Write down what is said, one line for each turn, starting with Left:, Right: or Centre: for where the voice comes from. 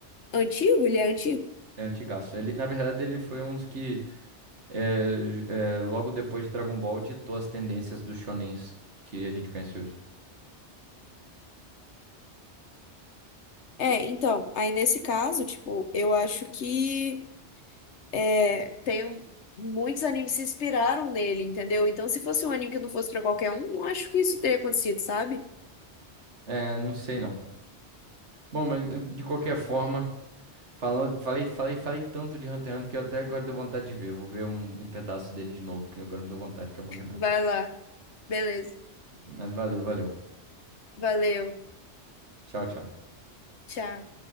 Left: antigo, ele é antigo.
Right: É antigaço. Ele, na verdade, ele foi um dos que, é, j- é, logo depois de Dragon Ball, ditou as tendências dos shonens que a gente conhece hoje.
Left: É, então, aí nesse caso, tipo, eu acho que. é, tem um- muitos animes se inspiraram nele, entendeu? Então, se fosse um anime que não fosse pra qualquer um, não acho que isso teria acontecido, sabe?
Right: É, não sei não. Bom, mas eh, de qualquer forma, falando, falei, falei, falei tanto de Hunter x Hunter que eu até agora deu vontade de ver. Vou ver um, um pedaço dele de novo, que agora me deu vontade, que é bom demais.
Left: Vai lá. Beleza.
Right: Mas valeu, valeu.
Left: Valeu.
Right: Tchau, tchau.
Left: Tchau.